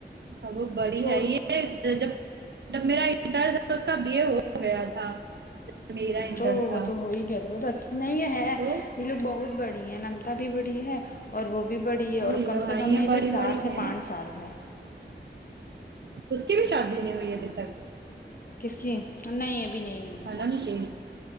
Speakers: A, on the right; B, on the left.
A: ہاں وہ بڑی
B: چھوٹ
A: ہے یہ جب جب میرا درد اس کا بی اے ہو گیا تھا میرا انٹر
B: تو
A: تھا
B: وہ تو ہو ہی گیا تھا وہ تو اچ نہیں ہے
A: تو
B: یہ لوگ بہت بڑے ہیں ن بھی بڑی ہے اور وہ بھی بڑی ہے
A: تو
B: اور
A: یہ
B: کم
A: لوگ
B: سے
A: آئی
B: کم نہیں
A: ہیں بڑی
B: تو
A: بڑی
B: چار سے
A: ہیں
B: پانچ سال ہے
A: اس کی بھی شادی نہیں ہوئی ابھی تک
B: کس کی نہیں ابھی نہیں ہوئی ہے
A: حالم
B: موٹی
A: کی